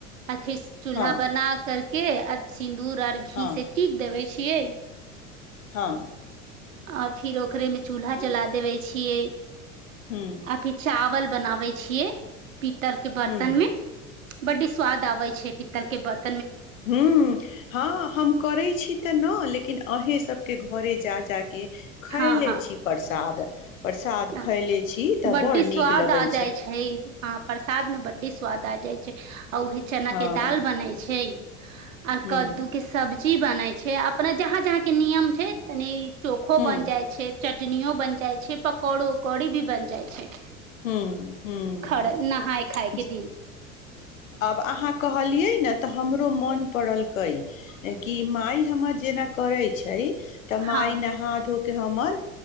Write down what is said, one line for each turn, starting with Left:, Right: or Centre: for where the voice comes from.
Right: अथि स चूल्हा
Left: हँ
Right: बना के अछ सिन्दूर आर घी
Left: हँ
Right: से टिक देबे छियै।
Left: हँ
Right: आ फिर ओकरे मे चूल्हा जला देबे छियै
Left: ह्म
Right: अभी चावल बनाबै छियै पी्तल के बर्तन
Left: ह्म
Right: में बड्डी स्वाद आबे छै पी्तल के बर्त।
Left: ह्म हँ हम करै छी त न लेकिन लेकिन अहे सबके घरे, जा ज के खायले
Right: हँ हँ
Left: छी प्रसाद प्रसाद खयले
Right: अच्छा
Left: छी तऽ
Right: बड्डी
Left: बड़ नीक
Right: स्वाद
Left: लगै
Right: आ जाइ छै। हँ प्रसाद में बड्डी स्वाद आ जाइ छै। ह <unintelligible> आ उहे चना
Left: हँ
Right: के दाल बनै छै आर
Left: हूँ
Right: कद्दू के सब्जी ची बनै छै अपना जहाँ जहाँके नियम छै तनि चोखो
Left: हूँ
Right: बन जाय छै चटनियो बन जाय छै पक अरो कड़ी भी बन जाइ छै
Left: ह्म ह्म
Right: खर नहाय खाय के दिन
Left: आब आहा कह कहली यइ ने त हमरो मन पड़लकै कि माय हमर जेना करै छै त
Right: हँ
Left: माइ नहा धो हमर